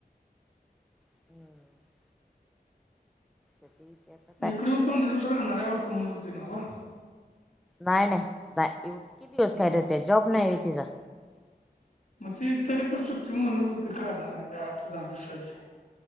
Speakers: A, in the centre; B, on the left.
A: हम्म अच्छ ठीक आहे,
B: ग इकड येऊन पंधरा दिवस राहणार आहे वाटतो. मनती नवका.
A: नाही, नाही, नाही, एव कती दिवस
B: मग
A: कायरते. जॉब
B: इक-
A: नाही आहे तिचां.
B: मग ती तरी पण सुट्ट म्हणत होते काढणार आहे. की आठ दहा दिवसाची